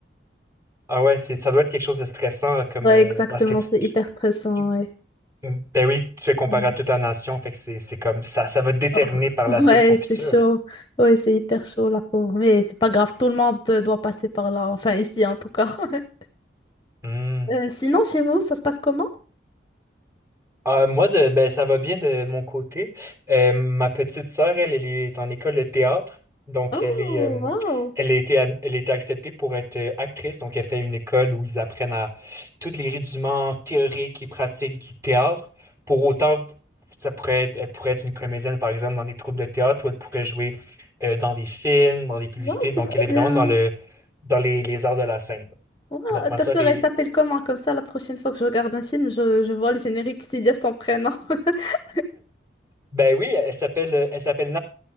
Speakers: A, on the right (about 15°); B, on the left (about 25°).
A: Ah ouais, c'est, ça doit être quelque chose de stressant euh, comme
B: Ouais,
A: euh,
B: exactement,
A: parce que tu,
B: c'est
A: tu-
B: hyper stressant,
A: tu-
B: ouais.
A: mm, ben oui, tu es comparé
B: Mm.
A: à toute la nation, fait que c'est c'est comme ça, ça va déterminer
B: Oh.
A: par
B: Ouais,
A: la suite ton futur.
B: c'est chaud. Ouais, c'est hyper chaud, la pauvre. Mais c'est pas grave, tout le monde euh, doit passer par là. Enfin, ici, en tout cas. <laughs>
A: Hmm.
B: Euh, sinon, chez vous, ça se passe comment?
A: Ah, moi, de, ben, ça va bien de mon côté. Euh, ma petite sœur, elle, elle est en école de théâtre. Donc,
B: Oh,
A: elle est, euh,
B: waouh!
A: elle a été, ad- elle a été acceptée pour être euh, actrice. Donc, elle fait une école où ils apprennent à tous les rudiments théoriques et pratiques du théâtre. Pour autant, ça pourrait être, elle pourrait être une comédienne, par exemple, dans des troupes de théâtre, ou elle pourrait jouer euh, dans des films, dans des publicités.
B: Waouh, c'est
A: Donc,
B: trop
A: elle est vraiment
B: bien!
A: dans le, dans les, les arts de la scène.
B: Waouh,
A: Donc, ma
B: ta
A: sœur
B: sœur,
A: est,
B: elle s'appelle comment? Comme ça, la prochaine fois que je regarde un film, je, je vois le générique, c'est dire son prénom. <laughs>
A: ben oui, elle s'appelle, elle s'appelle